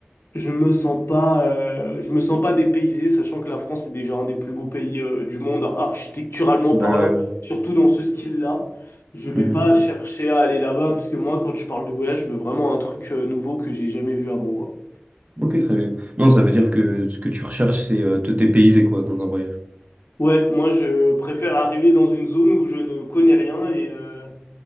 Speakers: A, on the left; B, on the right.
A: je me sens pas, euh, je me sens pas dépaysé, sachant que la France est déjà un des plus beaux pays euh, du monde architecturalement parlant,
B: Ouais, ouais, ouais.
A: surtout dans ce style-là. Je vais
B: Mhm.
A: pas chercher à aller là-bas parce que moi, quand je parle de voyage, je veux vraiment un truc euh, nouveau que j'ai jamais vu avant, quoi.
B: Ok, très bien. Non, ça veut dire que ce que tu recherches, c'est euh, te dépayser, quoi, dans un voyage.
A: Ouais, moi je préfère arriver dans une zone où je ne connais rien et euh,